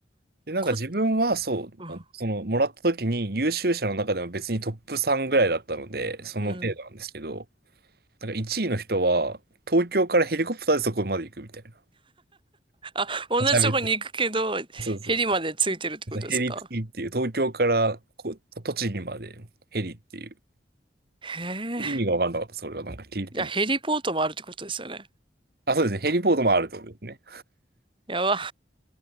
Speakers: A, on the right; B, on the right.
A: で、なんか自分はそう、
B: こ、うん。
A: あのその、もらった時に優秀者の中でも別にトップ3ぐらいだったので、その程度なんですけど、
B: うん
A: なんか1位の人は、東京からヘリコプターでそこまで行くみたいな。
B: あ、同じとこに行くけど、
A: めちゃめちゃ。そうそう。
B: ヘリまでついてるってことですか。
A: ヘリ付きっていう、東京からこう栃木までヘリっていう、
B: へえ。
A: 意味が分かんなかった、それがなんか聞いても。
B: いや、ヘリポートもあるってことですよね。
A: あ、そうですね、ヘリポートもあるってことですね。
B: やば。